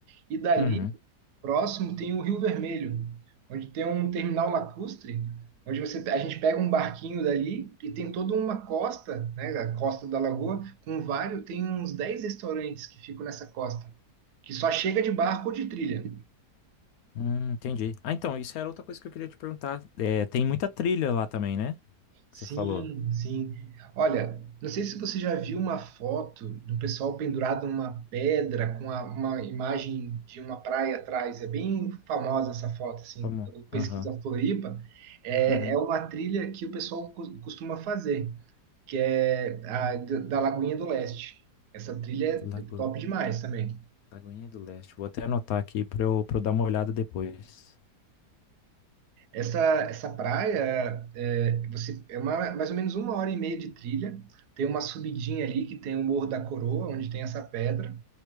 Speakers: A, on the right; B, on the left.
A: E dali,
B: uhum.
A: próximo, tem o Rio Vermelho, onde tem um terminal lacustre, onde você, a gente pega um barquinho dali e tem toda uma costa, né, a costa da lagoa, com vários, tem uns 10 restaurantes que ficam nessa costa, que só chega de barco ou de trilha.
B: Hum, entendi. Ah, então, isso era outra coisa que eu queria te perguntar. É, tem muita trilha lá também, né?
A: Sim,
B: Que você falou.
A: sim. Olha, não sei se você já viu uma foto do pessoal pendurado numa pedra com a- uma imagem de uma praia atrás. É bem famosa essa foto, assim,
B: Vamos.
A: quando pesquisa
B: Aham.
A: Floripa. É,
B: Uhum.
A: é uma trilha que o pessoal cos- costuma fazer, que é a d- da Lagoinha do Leste. Essa trilha é
B: Lago...
A: top demais também.
B: Lagoinha do Leste. Vou até anotar aqui pra eu, pra eu dar uma olhada depois.
A: Essa, essa praia é, você, é uma, mais ou menos uma hora e meia de trilha. Tem uma subidinha ali que tem o Morro da Coroa, onde tem essa pedra.